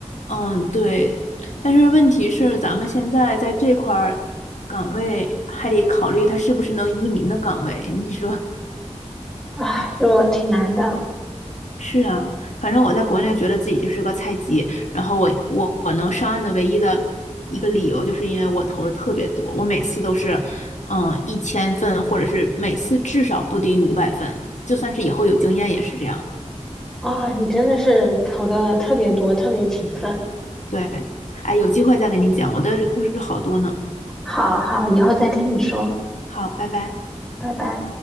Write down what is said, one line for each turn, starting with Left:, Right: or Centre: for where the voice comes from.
Left: 嗯，对，但是问题是，咱们现在在这块儿岗位还得考虑它是不是能移民的岗位。你说
Centre: 啊，就挺难的
Left: 是啊，反正我在国内觉得自己就是个菜鸡，然后我我我能上岸的唯一的一个理由，就是因为我投的特别多，我每次都是嗯一千份，或者是每次至少不低于五百份，就算是以后有经验也是这样。
Centre: 啊，你真的是投的特别多，特别勤奋。
Left: 对，哎，有机会再跟你讲，我的故事好多呢。
Centre: 好好，以后再听你说，
Left: 好，拜拜。
Centre: 拜拜。